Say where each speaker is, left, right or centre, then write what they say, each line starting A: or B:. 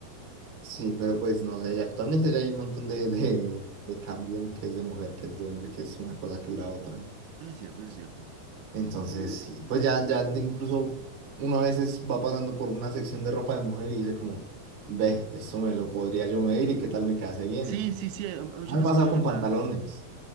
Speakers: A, on the right; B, on the right.
A: sí, pero pues no sé, actualmente ya hay un montón de, de, de cambio en qué es de mujer, qué es de hombre, qué es una cosa, que es la otra.
B: Eso es cierto, eso es cierto.
A: Entonces, sí, pues ya, ya de- incluso uno a veces va pasando por una sección de ropa de mujer y dice como, ve, esto me lo podría yo medir y qué tal me quedase bien.
B: Sí, sí, sí, hay, hay muchas
A: Ah, Me
B: veces
A: he pasado
B: que uno,
A: con
B: de ¿verdad?
A: pantalones.